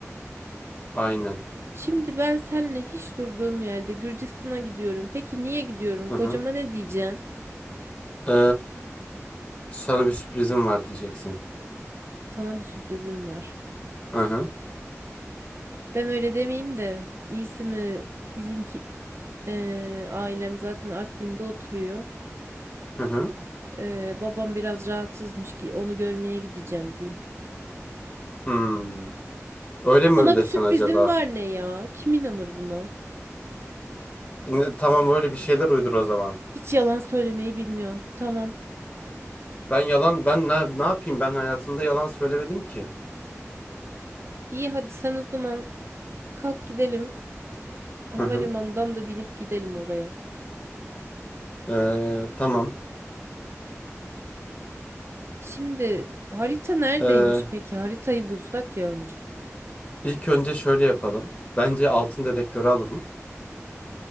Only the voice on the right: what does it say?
Şimdi ben seninle hiç durduğum yerde Gürcistan'a gidiyorum. Peki niye gidiyorum?
Kocama
ne diyeceğim?
Sana bir sürprizim var.
Ben öyle demeyeyim de iyisi mi bizimki eee, ailem zaten Artvin'de oturuyor.
Eee, babam biraz rahatsızmış ki onu görmeye gideceğim diyeyim.
Sana
bir sürprizim
var ne ya? Kim inanır buna?
Hiç yalan söylemeyi bilmiyorsun. Tamam.
İyi hadi sen o zaman kalk gidelim. Havalimanından
da binip gidelim oraya.
Şimdi harita neredeymiş
peki? Haritayı bulsak ya önce.